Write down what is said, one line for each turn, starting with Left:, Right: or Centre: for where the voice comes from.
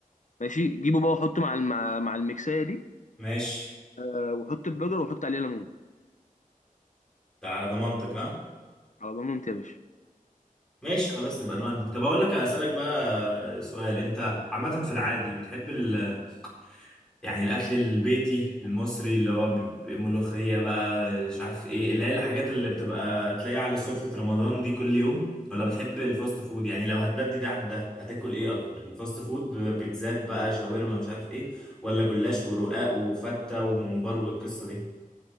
Left: ماشي جيبه بقى وحطه مع الم- مع مع الميكسايه دي
Centre: ماشي
Left: آه، وحط البرجر وحط عليه ليمون
Centre: ده على ضمانتك ها
Left: على ضمانتي يا باشا
Centre: ماشي خلاص نبقى نودي طب اقول لك اسالك بقى سؤال انت عامه في العادي بتحب ال... يعني الاكل البيتي المصري اللي هو ب- ب- ملوخيه بقى مش عارف ايه اللي هي الحاجات اللي بتبقى تلاقيها على سفره رمضان دي كل يوم ولا بتحب الفاست فود يعني لو هتبدي ده عن ده هتاكل ايه اكتر الفاست فود ب- بيتزات بقى شاورما مش عارف ايه ولا جلاش ورقاق وفته وممبار والقصه دي